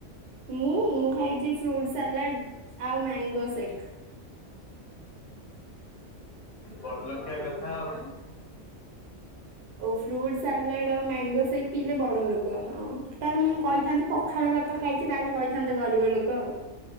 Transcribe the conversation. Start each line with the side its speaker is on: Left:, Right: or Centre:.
Right: ମୁଁ ମୁଁ ଖାଇଛି ଫ୍ରୁଟ ସାଲାଡ ଆଉ ମ୍ୟାଙ୍ଗୋ ସେକ୍।
Left: ବଡ ଲୋକିଆ କଥା ଆଉ।
Right: ଓ ଫ୍ରୁଟ ସାଲାଡ ଆଉ ମ୍ୟାଙ୍ଗୋ ସେକ୍ ପିଇଲେ ବଡ ଲୋକ ହଁ। ତାହେଲେ ମୁଁ କହିଥାନ୍ତି ପଖାଳ ଭାତ ଖାଇଛି, ତାହେଲେ କହିଥାନ୍ତେ ଗରିବ ଲୋକ ଆଉ।